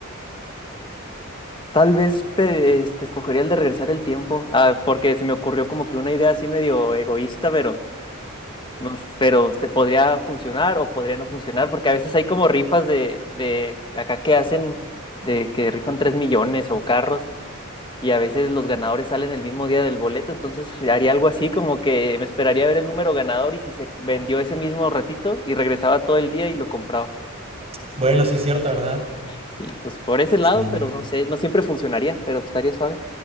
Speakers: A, on the left (about 25°); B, on the right (about 30°).
A: tal vez pe- este, escogería el de regresar el tiempo, ah, porque se me ocurrió como que una idea así medio egoísta, pero... No, pero te podría funcionar o podría no funcionar, porque a veces hay como rifas de, de acá que hacen, un- de que rifan 3 millones o carros, y a veces los ganadores salen el mismo día del boleto, entonces haría algo así, como que me esperaría a ver el número ganador y si se vendió ese mismo ratito y regresaba todo el día y lo compraba.
B: Bueno, sí es cierto, ¿verdad?
A: Sí, pues por ese lado,
B: Sí.
A: pero no sé, no siempre funcionaría, pero estaría suave.